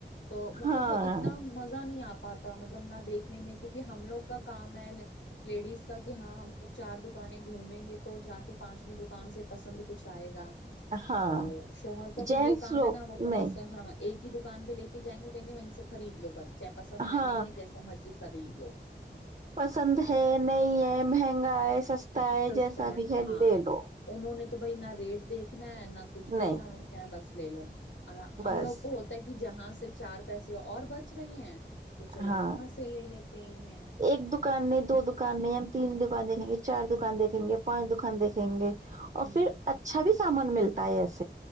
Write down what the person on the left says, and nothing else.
تو مطلب
اتنا مزہ نہیں آپتا پاتا مطلب نہ دیکھنے میں کیونکہ ہم لوگ کا کام ہے لیڈیز کا کہ ہاں آ چار دکانیں گھومیں گے تو جا کے پانچویں دکان سے پسند کچھ آئے گا
اور شوہر کا تو
یہ کام
ہے نا وہ تو
بس ہاں ایک کی دکانہ لے کے جائیں گے وہ کہیں گے وہیں سے خرید لو بس چے پسند ہے
نہیں ہے جیسا مرضی سریب
سستا
ہاں
انہوں نے تو بھائینا ریٹ دیکنا ہے نہ کچھ دیکھنا
انہوں نے کہنا بس لے لو اور ہم
لوگ کو ہوتا ہے کہ جہاں سے چار پیسے اور بچ رہے ہیں تو چلو
وہاں سے لے لیتے ہیں
ہوں